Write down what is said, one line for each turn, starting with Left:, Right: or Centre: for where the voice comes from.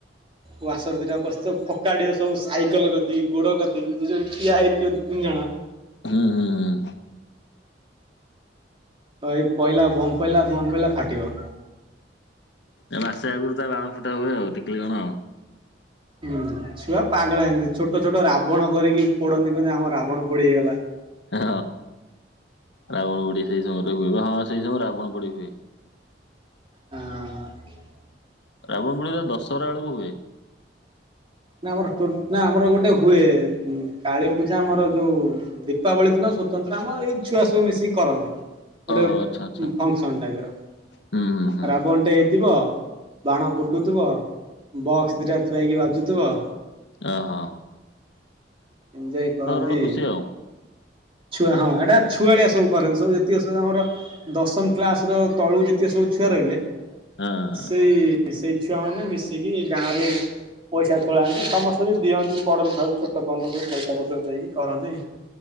Right: ୱାସର ଦୁଇଟା ପସିଥିବ ଫକାଡ଼ିଆ ସବୁ ସାଇକେଲ ଗତି ଗୋଡ଼ କତିକି ଯେ ଠିଆ ହୋଇଥିବ ଦି ତିନି ଜଣ।
Left: ହୁଁ ହୁଁ ହୁଁ।
Right: ତ ଏଇ ପଇଲା ବମ୍ପ ପାଇଲା ବମ୍ପ ପଇଲା ଫାଟିବ।
Left: ଏ ମାସେ ଆଗରୁ ତା ବାଣ ଫୁଟା ହୁଏ ଆଉ ଟିକିଲି ଵାଣ।
Right: ହୁଁ ଛୁଆ ପାଗଳ ହନ୍ତି ଛୋଟ ଛୋଟ ରାବଣ କରିକି ପୋଡନ୍ତି କହନ୍ତି, ଆମ ରାବଣ ପୋଡି ହେଇଗଲା।
Left: ହଁ ରାବଣ ପୋଡି ସେଇ ସମୟରେ ହୁଏ, ହଁ ସେଇ ସମୟରେ ରାବଣ ପୋଡି ହୁଏ।
Right: ଆଁ।
Left: ରାବଣ ପୋଡିରେ ଦଶହରା ବେଳକୁ ହୁଏ।
Right: ନା ଆମର ତୁ ନା ଆମର ଗୋଟେ ହୁଏ କାଳୀ ପୂଜା ଆମର ଯୋଉ ଦୀପାବଳୀ ଦିନ ସ୍ୱତନ୍ତ୍ର ଆମ ଏଇ ଛୁଆ ସବୁ ମିଶିକି କରନ୍ତି। ଗୋଟେ
Left: ଓହୋ ଆଚ୍ଛା ଆଚ୍ଛା
Right: ଫଙ୍କସନ୍ ଟାଇପି ର
Left: ହୁଁ ହୁଁ ହୁଁ
Right: ରାବଣଟେ ହେଇଥିବ। ବାଣ ଫୁଟୁଥିବ, ବକ୍ସ ଦିଟା ଥୁଆହେଇକି ବାଜୁଥିବ।
Left: ଆ ହଁ।
Right: ଏଞ୍ଜୟ କରନ୍ତି।
Left: ଗୋଟେ ଖୁସି ଆଉ
Right: ଛୁଆ ହଁ ଏଇଟା ଛୁଆଳିଆ ସବୁ କରନ୍ତି ସବୁ ଯେତିକି ସବୁ ଆମର ଦଶମ କ୍ଲାସ୍ ର ତଳକୁ ଯେତିକି ସବୁ ଛୁଆ ସବୁ ରହିଲେ,
Left: ହଁ
Right: ସେଇ ମିଶି ସେଇ ଛୁଆ ମାନେ ମିଶିକି ଗାଁ ରୁ ପଇସା ତୋଳାନ୍ତି ସମସ୍ତେ ବି ଦିଅନ୍ତି ବଡ଼ରୁ ଛ ଛୋଟ ପଯ୍ୟନ୍ତ ସବୁ ପଇସା ପତ୍ର ଦେଇକି କରନ୍ତି।